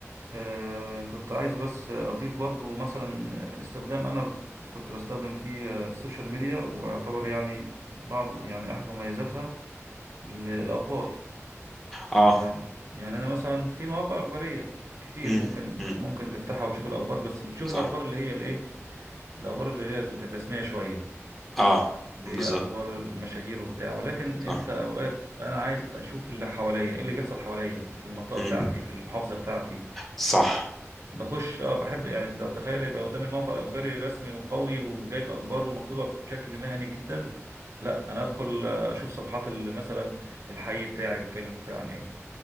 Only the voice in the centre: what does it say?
اه
امم
امم
صح
اه
بالظبط
صح
امم
صح